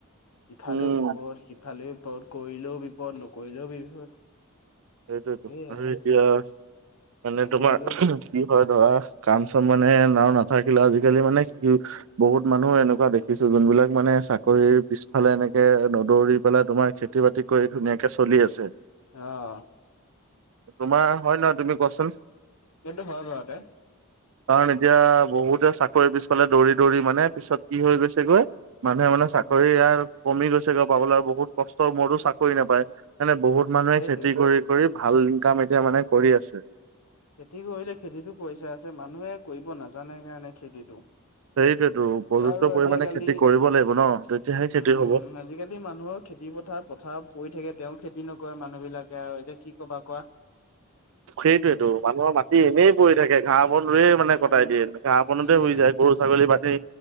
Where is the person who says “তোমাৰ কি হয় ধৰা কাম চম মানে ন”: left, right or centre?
Right